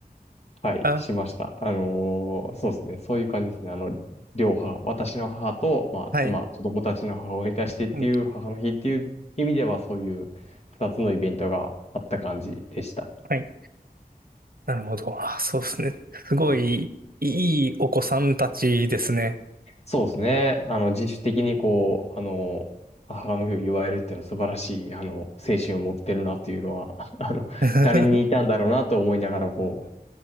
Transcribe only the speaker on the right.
あ、
はい。
うん
はい。なるほど。あ、そうですね。すごい、
いいお子さんたちですね。
<laughs>
は